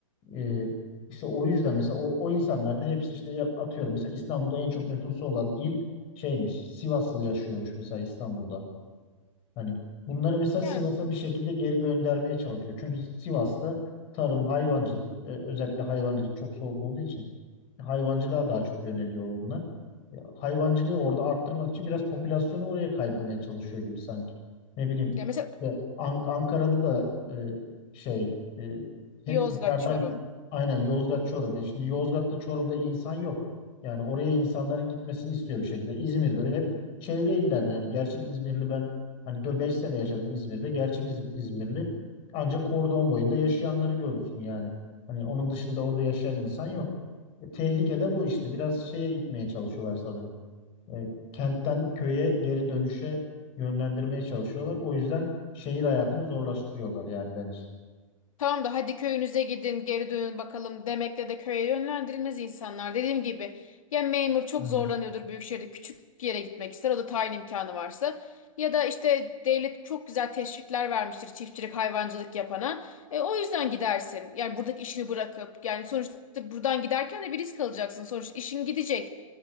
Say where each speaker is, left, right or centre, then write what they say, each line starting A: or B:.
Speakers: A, on the left; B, on the left.
A: E, işte o yüzden mesela o, o insanlar da hepsi işte ya- atıyorum mesela İstanbul'da en çok nüfusu olan il şeymiş Sivaslı yaşıyormuş mesela İstanbul'da. Hani bunları mesela
B: Yani
A: Sivas'a bir şekilde geri göndermeye çalışıyor. Çünkü Sivas'ta tarım, hayvancılık, e, özellikle hayvancılık çok soğuk olduğu için hayvancılığa daha çok yöneliyor onlar. Ya, Hayvancılığı orada arttırmak için biraz popülasyonu oraya kaydırmaya çalışıyor gibi sanki. Ne bileyim
B: ya mesela
A: işte An- Ankara'da da e, şey e, hep
B: Yozgat,
A: dışarıdan
B: Çorum.
A: aynen Yozgat Çorum. Ya şimdi Yozgat'ta Çorum'da insan yok. Yani oraya insanların gitmesini istiyor bir şekilde. İzmir'de de hep çevre illerden yani gerçek İzmirli ben hani 5 sene yaşadım İzmir'de. Gerçek İz- İzmirli ancak kordon boyunda yaşayanları görürsün yani. Hani onun dışında orada yaşayan insan yok. E, Tehlike de bu işte. Biraz şeye itmeye çalışıyorlar sanırım. E, kentten köye geri dönüşe yönlendirmeye çalışıyorlar. O yüzden şehir hayatını zorlaştırıyorlar yani bence.
B: Tamam da hadi köyünüze gidin geri dönün bakalım demekle de köye yönlendirilmez insanlar. Dediğim gibi ya memur çok
A: Aynen.
B: zorlanıyordur büyük şehirde küçük bir yere gitmek ister o da tayin imkanı varsa. Ya da işte devlet çok güzel teşvikler vermiştir çiftçilik hayvancılık yapana. E, o yüzden gidersin yani buradaki işini bırakıp yani sonuçta buradan giderken de bir risk alacaksın. Sonuçta işin gidecek.